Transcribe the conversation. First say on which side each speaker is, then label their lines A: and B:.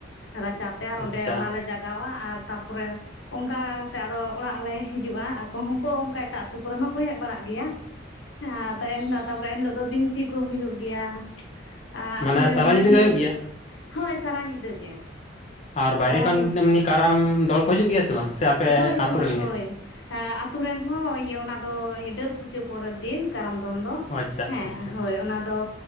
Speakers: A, on the left; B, on the left.
A: ᱨᱟᱪᱟ ᱛᱮ ᱟᱨ ᱚᱸᱰᱮ
B: ᱟᱪᱪᱷᱟ
A: ᱚᱱᱟ ᱞᱮ ᱡᱟᱜᱟ ᱞᱟᱜᱟᱣᱟ ᱟᱨ ᱛᱟᱯᱚᱨᱮ ᱚᱱᱠᱟ ᱠᱟᱛᱮ ᱟᱫᱚ ᱚᱲᱟᱜ ᱞᱮ ᱦᱤᱡᱩᱜᱼᱟ ᱾ ᱟᱠᱚ ᱦᱚᱸᱠᱚ ᱚᱱᱠᱟ ᱮᱴᱟᱜ ᱟᱹᱛᱩ ᱠᱚᱨᱮ ᱦᱚᱸᱠᱚ ᱦᱮᱡ ᱵᱟᱲᱟᱜ ᱜᱮᱭᱟ ᱾ ᱦᱮᱸ ᱮᱱᱦᱤᱞᱳᱜ ᱛᱟᱨᱯᱚᱨ ᱮᱱᱦᱤᱞᱳᱜ ᱫᱚ ᱵᱤᱱᱛᱤ ᱠᱚ ᱦᱩᱭᱩᱜ ᱜᱮᱭᱟ ᱾ ᱟᱨ ᱟᱛᱩ
B: ᱢᱟᱱᱮ
A: ᱨᱮᱱ
B: ᱥᱟᱨᱟ
A: ᱢᱩᱠᱷᱤᱭᱟᱹ,
B: ᱧᱤᱫᱟᱹ ᱜᱮ ᱦᱩᱭᱩᱜ ᱜᱮᱭᱟ
A: ᱦᱳᱭ ᱥᱟᱨᱟ ᱧᱤᱫᱟᱹ ᱜᱮ᱾
B: ᱟᱨ ᱵᱟᱭᱨᱮ
A: ᱥᱟᱨᱟ
B: ᱠᱷᱚᱱ
A: ᱧᱤ
B: ᱮᱢᱱᱤ ᱠᱟᱨᱟᱢ ᱫᱚᱞ ᱠᱚ ᱦᱤᱡᱩᱜ ᱜᱮᱭᱟ ᱥᱮ ᱵᱟᱝ? ᱥᱮ ᱟᱯᱮ
A: ᱦᱳᱭ
B: ᱟᱛᱳ
A: ᱦᱳᱭ
B: ᱨᱮᱱ
A: ᱦᱳᱭ
B: ᱜᱮ
A: ᱾ ᱟᱨ ᱟᱛᱩ ᱨᱮᱱ ᱦᱚᱸ ᱤᱭᱟᱹ ᱚᱱᱟ ᱫᱚ ᱰᱟᱹᱨ ᱯᱩᱡᱟᱹ ᱯᱚᱨᱮᱨ ᱫᱤᱱ ᱠᱟᱨᱟᱢ ᱫᱚᱱ ᱫᱚ
B: ᱚ ᱟᱪᱪᱷᱟ
A: ᱾ᱺᱦᱮᱸ,
B: ᱟᱪᱪᱷᱟ
A: ᱦᱳᱭ ᱚᱱᱟ ᱫᱚ